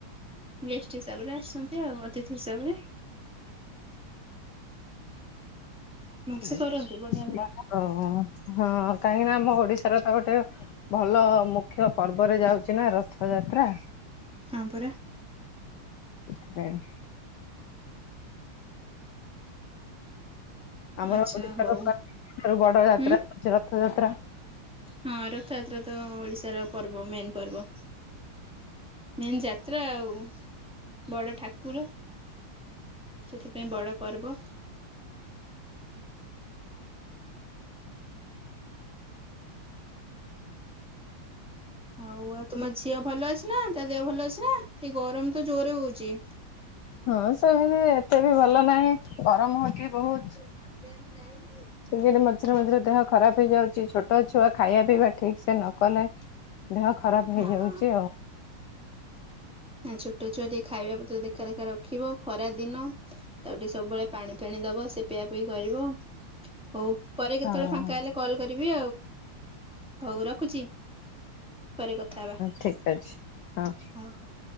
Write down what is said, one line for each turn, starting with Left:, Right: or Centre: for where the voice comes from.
Centre: ଗେଷ୍ଟିସ୍ ତାପରେ ଆସନ୍ତି ଆଉ ଅତିଥି ହିସାବରେ। ଭଲସେ
Left: ଆଜ୍ଞା
Centre: କରନ୍ତି ବଢିଆ
Left: ସିଏ
Centre: ହୁଏ।
Left: ଆମର ହ ହଁ କାହିଁକି ନା ଆମ ଓଡ଼ିଶାରେ ତ ଗୋଟେ ଭଲ ମୁଖ୍ୟ ପର୍ବରେ ଯାଉଛି ନା ରଥଯାତ୍ରା।
Centre: ହଁ ପରା।
Left: ସେଥିପାଇଁ ଆମର
Centre: ଆଚ୍ଛା
Left: ଓଡ଼ିଶାର
Centre: ହଉ
Left: ପୁରା ଠାରୁ ବଡ଼ ଯାତ୍ରା
Centre: ହୁଁ
Left: <unintelligible> ରଥଯାତ୍ରା।
Centre: ହଁ ରଥଯାତ୍ରା ତ ଓଡ଼ିଶାର ପର୍ବ ମେନ୍ ପର୍ବ। ମେନ୍ ଯାତ୍ରା ଆଉ। ବଡ଼ ଠାକୁର ସେଥିପାଇଁ ବଡ଼ ପର୍ବ। ହଉ ଆଉ ତମ ଝିଅ ଭଲ ଅଛି ନାଁ ତା ଦେହ ଭଲ ଅଛି ନାଁ ଏଇ ଗରମ ତ ଜୋରେ ହଉଛି?
Left: ହଁ ସେଇମିତି ଏତେ ବି ଭଲ ନାହିଁ ଗରମ ହଉଛି ବହୁଛ।
Centre: <unintelligible>
Left: <unintelligible> ମଝିରେ ମଝିରେ ଦେହ ଖରାପ ହେଇଯାଉଛି ଛୋଟ ଛୁଆ ଖାଇବା ପିଇବା ଠିକ୍ ସେ ନ କଲେ ଦେହ ଖରାପ
Centre: ହଁ
Left: ହେଇଯାଉଚି ଆଉ।
Centre: ହଁ ଛୋଟ ଛୁଆ ଟିକେ ଖାଇବା ପତ୍ର ଦେଖାଦେଖା ରଖିବ ଖରା ଦିନ। ତାକୁ ଟିକେ ସବୁବେଳେ ପାଣି ଫାଣି ଦବ ସେ ପିଆ ପିଇ କରିବ ହଉ ପରେ କେତେବେଳେ
Left: ହଁ
Centre: ଫାଙ୍କା ହେଲେ କଲ୍ କରିବି ହଉ ରଖୁଛି। ପରେ କଥା ହେବା
Left: ଠିକ ଅଛି ହଁ।
Centre: ହଉ।